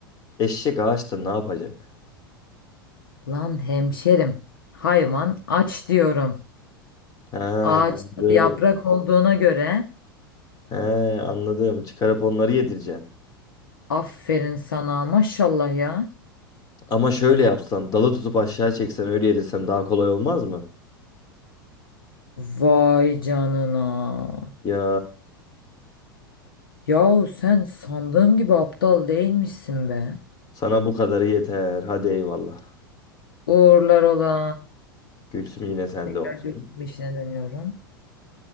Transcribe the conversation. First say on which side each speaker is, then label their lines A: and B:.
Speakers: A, on the left (about 30°); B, on the left (about 70°).
A: Eşek ağaçta ne yapacak?
B: Lan hemşerim, hayvan aç diyorum.
A: He anladım.
B: Ağaçta yaprak olduğuna göre
A: He anladım. Çıkarıp onları yedireceksin.
B: aferin sana maşallah ya.
A: Ama şöyle yapsan dalı tutup aşağı çeksen öyle yedirsen daha kolay olmaz mı?
B: Vay canına.
A: Ya
B: Yahu sen sandığım gibi aptal değilmişsin be.
A: sana bu kadarı yeter. Hadi eyvallah.
B: Uğurlar ola.
A: Gülsüm yine sende
B: Tekrar
A: olsun.
B: görüşme işine dönüyorum.